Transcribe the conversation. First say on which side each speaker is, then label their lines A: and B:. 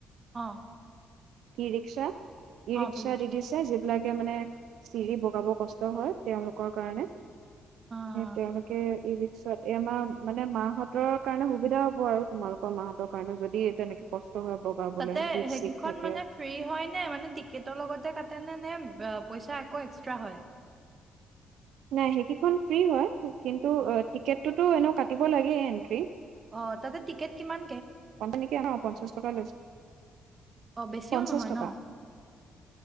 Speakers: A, on the right; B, on the right.
A: অ
B: কি ৰিক্সা ই
A: অ',
B: ৰিক্সা
A: বুজিছো
B: দি দিছে যিবিলাক থাকে মানে চিৰি বগাব কষ্ট হয় তেওঁলোকৰ কাৰণে
A: অ'।
B: তেওঁলোকে ই ৰিক্সা এই আমাৰ মানে মাহঁতৰ কাৰণে সুবিধা হ'ব আৰু তোমালোকৰ মাহঁতৰ কাৰণে যদি তেনেকে কষ্ট হয় বগাবলে
A: তাতে
B: বিষ
A: হেইকেখন
B: চিষ থাকে
A: মানে ফ্ৰী হয় নে মানে টিকেটৰ লগতে কা তেনে নে পইচা আকৌ এক্সট্ৰা হয়
B: নাই সেইকেইখন ফ্ৰী হয় কিন্তু টিকেটটোতো এনেও কাটিব লাগেই এণ্ট্ৰি
A: অ তাতে টিকেট কিমান
B: নেকি অ পঞ্চাশ টকা লৈছে
A: অ', বেছিও
B: পঞ্চাশ
A: নহয়
B: টকা
A: ন?